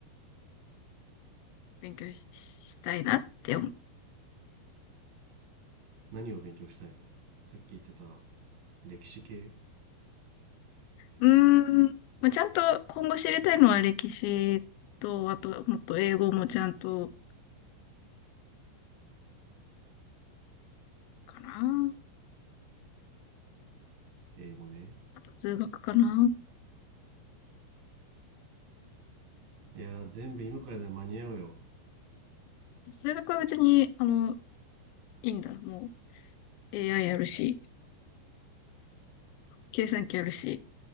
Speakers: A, on the left; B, on the right.
A: 勉強し、したいなって思う。
B: 何を勉強したいのさっき言ってた、歴史系、
A: うーん、まあ、ちゃんと今後知りたいのは歴史と、あと、もっと英語もちゃんと、かな。
B: 英語ね。
A: あと数学かな。
B: いやー、全部今からでは間に合うよ。
A: 数学は別に、あの、いいんだ。もう AI やるし、計算機やるし、